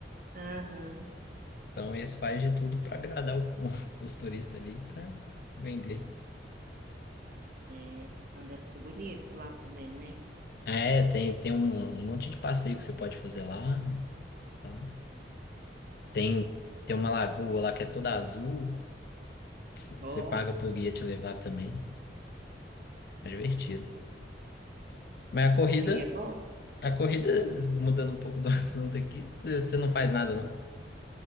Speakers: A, on the right (about 50°); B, on the left (about 55°).
A: Aham,
B: Então eles fazem de tudo para agradar o povo, <laughs> os turistas ali, para vender.
A: é. Então deve ser bonito lá também, né?
B: É, tem, tem um um monte de passeio que você pode fazer lá. Então. Tem, tem uma lagoa lá que é toda azul, que c-
A: Ó,
B: você paga pro guia te levar também. É divertido. Mas a corrida,
A: aí é bom.
B: a corrida, mudando um pouco do <laughs> assunto aqui, você você não faz nada, não?